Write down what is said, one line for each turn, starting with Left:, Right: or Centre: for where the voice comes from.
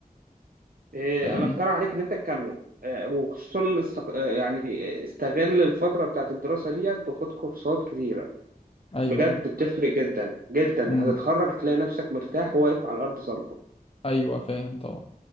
Right: إيه
Left: فاهمني
Right: انا اقترح عليك ان انت تكمل آه، وخصوصا استق... آه، يعني استغل الفتره بتاعت الدراسه ديت وخد كورسات كتيره
Left: أيوه
Right: بجد
Left: أيوه
Right: بتفرق جدا جدا
Left: امم
Right: هتتخرج هتلاقي نفسك مرتاح وواقف على ارض صلبه
Left: ايوه فاهم طبعا